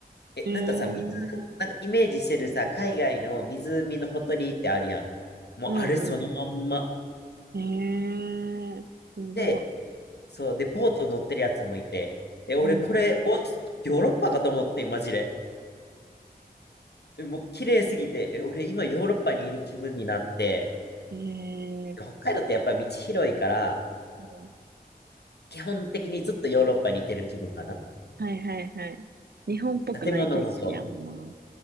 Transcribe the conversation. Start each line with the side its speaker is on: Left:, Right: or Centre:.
Left: え、
Right: ええー、
Left: なんかさ、水、なんかイメージしてるさ、海外の湖のほとりってあるやん。もうあれそのまんま。
Right: うん、うん。ええー、すご
Left: で、そう、で、ボート乗ってるやつもいて、え、俺これ、
Right: い。うん。
Left: オースヨーロッパかと思ってん、マジで。えもう綺麗すぎて、え、俺今ヨーロッパにいる気分になって、
Right: ええ
Left: 北海道ってやっぱ道広いから、
Right: うん
Left: 基本的にずっとヨーロッパにいてる気分かな。
Right: はいはいはい。日本っぽくない景色やんな。
Left: 建物もそう。